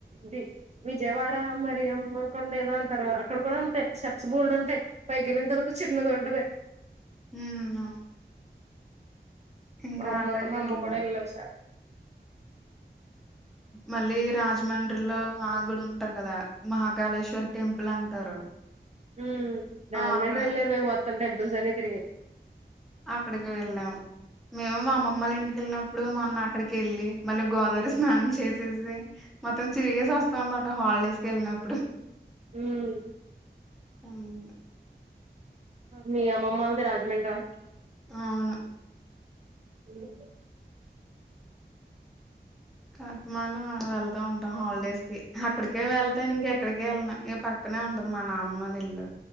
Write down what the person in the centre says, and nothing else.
ఉ అవును ఇంకా
అక్కడికి
వెళ్ళాం.
మళ్ళీ రాజమండ్రిలో మాగుడు ఉంటారు కదా మహాకాళేశ్వరి టెంపుల్ అంటారు
ఆ! అక్కడ
అక్కడికి వెళ్ళాము మేము మా అమ్మ మ్మల్ ఇంటికేళ్ళినప్పుడు మొన్న అక్కడికి ఏళ్ళి మళ్ళీ గోదావరి స్నానం చేసేసి మొత్తం చిరిగేసి వస్తాం అనమాట హాలిడేస్ కేళ్ళినప్పుడు
ఉహ్
అవును
కార్తమాన్ వెళ్తా ఉంటాం హాలిడేస్ కి అక్కడికే వెళ్తాను ఇంకెక్కడికి ఎల్లనూ ఈ పక్కనే ఉంటది మా నానమ్మల్లా ఇల్లు